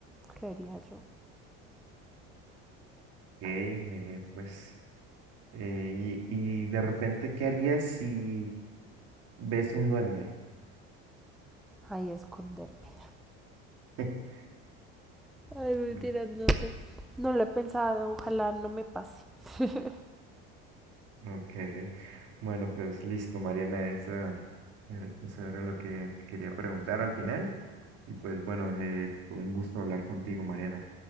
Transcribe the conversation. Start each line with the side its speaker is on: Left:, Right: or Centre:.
Centre: creería yo.
Right: Ok, eh, pues, eh, y, y de repente, ¿qué harías si ves un duende?
Centre: Ahí esconderme.
Right: <laughs>
Centre: Ay, mentiras,
Right: Mm,
Centre: no sé. No lo he pensado, ojalá no me pase. <laughs>
Right: Okay, bueno, pues listo, Mariana, eso, eh, eso era lo que te quería preguntar al final. Y pues bueno, eh, fue un gusto hablar contigo, Mariana,